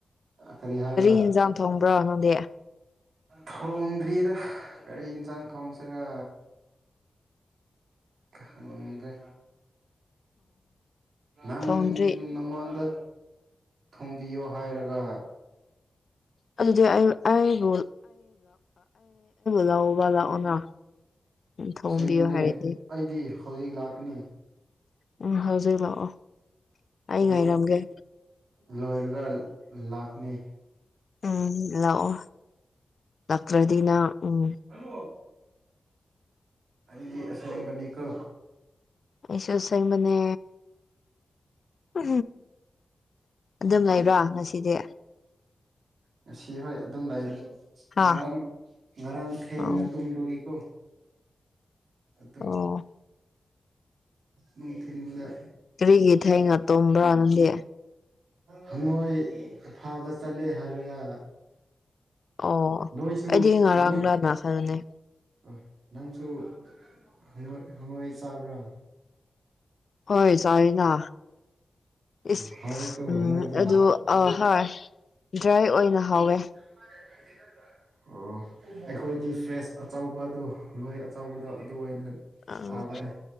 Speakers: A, on the right (about 80°); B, on the left (about 60°).
A: ꯀꯔꯤ ꯍꯥꯏꯕ꯭ꯔꯥ
B: ꯌꯦꯟꯖꯥꯡ ꯊꯣꯡꯕ꯭ꯔꯣ ꯅꯪꯗꯤ
A: ꯊꯣꯡꯗ꯭ꯔꯤꯗ ꯀꯔꯤ ꯌꯦꯟꯁꯥꯡ ꯊꯣꯡꯁꯤꯔ ꯈꯪꯗ꯭ꯔꯦ ꯅꯪ
B: ꯊꯣꯡꯗ꯭ꯔꯤ
A: ꯅꯪꯉꯣꯟꯗ ꯊꯣꯡꯕꯤꯌꯣ ꯍꯥꯏꯔꯒ
B: ꯑꯗꯨꯗꯤ ꯑꯩꯕꯨ ꯂꯧꯕꯥ ꯂꯥꯛꯑꯣꯅ ꯊꯣꯡꯕꯤꯌꯨ
A: ꯑꯁꯦꯡꯕꯅꯦ
B: ꯍꯥꯏꯔꯗꯤ
A: ꯑꯩꯗꯤ ꯍꯧꯖꯤꯛ ꯂꯥꯛꯀꯅꯤ
B: ꯎꯝ ꯍꯧꯖꯤꯛ ꯂꯥꯛꯑꯣ ꯑꯩ
A: ꯀꯣꯜ
B: ꯉꯥꯏꯔꯝꯒꯦ
A: ꯂꯣꯏꯔꯒ ꯂꯥꯛꯅꯤ
B: ꯎꯝ ꯂꯥꯛꯑꯣ ꯂꯇ꯭ꯔꯗꯤꯅ ꯎꯝ
A: <unintelligible> ꯑꯩꯗꯤ ꯑꯁꯦꯡꯕ ꯅꯤꯀꯣ
B: ꯑꯩꯁꯨ ꯑꯁꯦꯡꯕꯅꯦ ꯎ ꯑꯗꯨꯝ ꯂꯩꯕ꯭ꯔꯥ ꯉꯁꯤꯗꯤ
A: ꯉꯁꯤ ꯍꯣꯏ ꯑꯗꯨꯝ ꯂꯩꯔꯤꯅꯤ
B: ꯍꯥ
A: ꯉꯔꯥꯡ ꯉꯔꯥꯡ ꯊꯦꯡꯅ
B: ꯑꯣ
A: ꯇꯨꯝꯕꯒꯤꯀꯣ꯫ ꯑꯗꯨ
B: ꯑꯣ
A: ꯅꯨꯡꯊꯤꯟꯗ꯫
B: ꯀꯔꯤꯒꯤ ꯊꯦꯡꯅ ꯇꯨꯝꯕ꯭ꯔꯥ ꯅꯪꯗꯤ꯫
A: ꯍꯪꯉꯣꯏ ꯐꯥꯕ ꯆꯠꯂꯦ ꯍꯥꯏꯔꯒ
B: ꯑꯣ
A: ꯅꯣꯏꯁꯨ
B: ꯑꯩꯗꯤ ꯉꯔꯥꯡꯂꯅ
A: ꯅꯪ
B: ꯈꯟꯕꯅꯦ
A: ꯑꯣ ꯅꯪꯁꯨ ꯍꯪꯉꯣꯏ ꯍꯪꯉꯣꯏ ꯆꯥꯕ꯭ꯔꯥ꯫
B: ꯍꯣꯏ ꯆꯥꯌꯦꯅ꯫ ꯏꯁ
A: ꯍꯥꯎꯋꯤꯀꯣ
B: ꯎꯝ
A: ꯍꯪꯉꯣꯏꯗꯤ
B: ꯑꯗꯨ
A: ꯑꯣ
B: ꯑꯥ ꯍꯣꯏ ꯗ꯭ꯔꯥꯏ ꯑꯣꯏꯅ ꯍꯥꯎꯋꯦ꯫
A: <inaudible> ꯑꯣ ꯑꯩꯈꯣꯏꯗꯤ ꯐ꯭ꯔꯦꯁ ꯑꯆꯧꯕꯗꯨ ꯍꯪꯉꯣꯏ ꯑꯆꯧꯕꯗꯨ ꯑꯗꯨ ꯑꯣꯏꯅ
B: ꯑꯥ
A: ꯐꯥꯕꯅꯦ